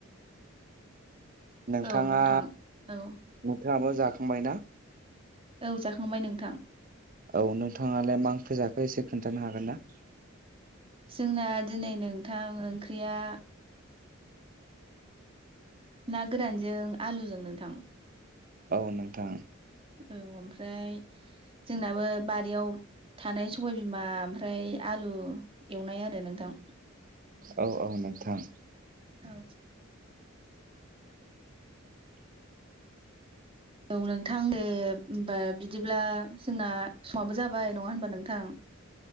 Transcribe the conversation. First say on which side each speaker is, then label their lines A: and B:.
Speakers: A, on the right (about 40°); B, on the right (about 25°).
A: नोंथाङा
B: औ नोंथां औ
A: नोंथाङाबो जाखांबायना?
B: औ जाखांबाय नोंथां।
A: औ नोंथाङालाय मा ओंख्रि जाखो एसे खोन्थानो हागोन ना?
B: जोंना दिनै नोंथां ओंख्रिया ना गोरानजों आलुजों नोंथां।
A: औ नोंथां।
B: औ ओमफ्राय जोंनाबो बारियाव थानाय सबायबिमा ओमफ्राय आलु एवनाय आरो नोंथां।
A: औ औ नोंथां।
B: औ। औ नोंथां दे होमबा बिदिब्ला जोंना समाबो जाबाय नङा होनबा नोंथां?